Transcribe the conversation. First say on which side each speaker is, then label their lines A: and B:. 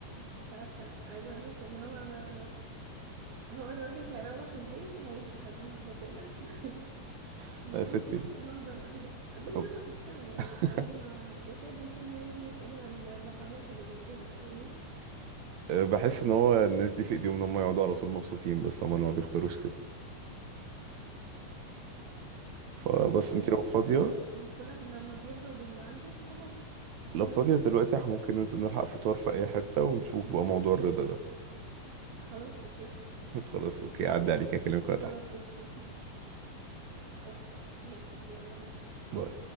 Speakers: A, on the right (about 80°); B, on the right (about 60°).
A: مش عارفة عايزة اقولك ان هو ما هو الراجل هيروح البيت هيبقى حزين ما تقلقش <laughs>
B: <laughs>
A: ما
B: يا
A: تبصلوش
B: ستي
A: في اللحظة الوحيدة دي مرة
B: رب
A: في السنة يعني
B: <laughs>
A: فهم يكاد يكون لا يملك إلا اللحظات اللي زي كده فاهمني
B: أه، بحس ان هو الناس دي في ايديهم ان هم يقعدوا على طول مبسوطين بس هم اللي ما بيختاروش كده فبس
A: آه،
B: انت لو
A: فكرة
B: فاضيه
A: الرضا انت كل واحد لما بيرضى باللي عنده خلاص
B: لو
A: مم.
B: فاضيه دلوقتي احنا ممكن ننزل نلحق فطار في اي حته ونشوف بقى موضوع الرضا ده
A: خلاص اوكي
B: <laughs> خلاص اوكي عدي عليك اكلمك وأنا
A: خلاص
B: تحت
A: اوكي <laughs> اوكي ماشي يلا بينا.
B: باي